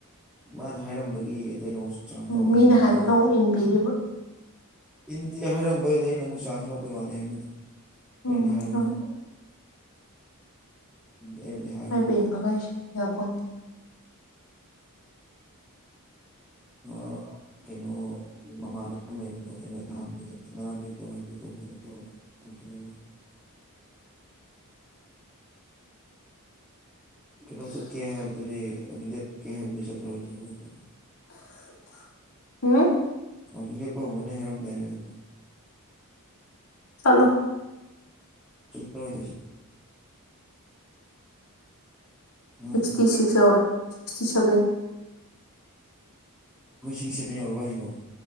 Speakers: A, in the centre; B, on the left (about 75°).
A: ꯃꯥꯅ ꯍꯥꯏꯔꯝꯕꯒꯤ ꯑꯗꯩꯅꯣꯁ ꯆꯥꯟꯁ
B: ꯎꯝ
A: ꯂꯧꯕꯅꯦꯕꯨꯗꯤ
B: ꯃꯤꯅ ꯍꯥꯏꯕꯒ
A: ꯍꯥꯏꯔꯣꯏ
B: ꯑꯃꯨꯛ ꯏꯟꯕꯤꯔꯤꯕ
A: ꯏꯟꯗꯦ ꯍꯥꯏꯔꯝꯕꯩ ꯑꯗ ꯑꯩꯅ ꯑꯃꯨꯛ ꯆꯥꯟꯁ ꯂꯧꯕꯩ ꯋꯥꯅꯦ ꯍꯥꯏꯕꯅꯤꯗ
B: ꯎꯝ
A: ꯑꯩꯅꯗꯤ ꯍꯥꯏꯔꯣꯏꯕ
B: ꯍꯣꯏ
A: ꯑꯩꯅꯗꯤ ꯍꯥꯏꯔꫭꯏꯕ
B: ꯍꯥꯏꯕ ꯏꯟꯕꯒ
A: ꯎꯝ
B: ꯍꯥꯏꯁꯦ ꯌꯥꯄꯣꯟꯇꯦ
A: ꯑꯣ ꯀꯩꯅꯣ ꯃꯃꯥꯟꯅꯕ ꯂꯩꯕꯗꯣ ꯑꯩꯅ ꯅꯍꯥꯟꯒꯩ ꯉꯔꯥꯡ ꯀꯩ ꯇꯧ ꯍꯦꯛꯇ ꯇꯧ ꯇꯧ ꯐꯤꯜꯜꯣ <inaudible> ꯀꯩꯅꯣ ꯆꯠꯀꯦ ꯍꯥꯏꯕꯗꯨꯗꯤ ꯋꯥꯀꯤꯡ ꯆꯠꯀꯦ ꯍꯥꯏꯕꯗꯨꯗꯤ ꯆꯠꯂꯔꯣꯏꯗ꯭ꯔꯥ ꯀꯃꯥꯏꯅ ꯇꯧꯕ
B: ꯎꯝ
A: ꯋꯥꯛꯀꯤꯡ ꯆꯠꯄ ꯍꯧꯅꯅꯤ ꯍꯥꯏꯔꯝꯗꯥꯏꯅꯦ ꯅꯪꯕꯨ
B: ꯆꯠꯂꯣꯏ
A: ꯆꯠꯂꯣꯏ ꯍꯥ
B: sixty six or sixty seven
A: ꯅꯣꯏ ꯁꯤꯛꯁꯇꯤ ꯁꯄꯦꯟ ꯌꯧꯔꯕ ꯍꯥꯏꯁꯤꯕꯣ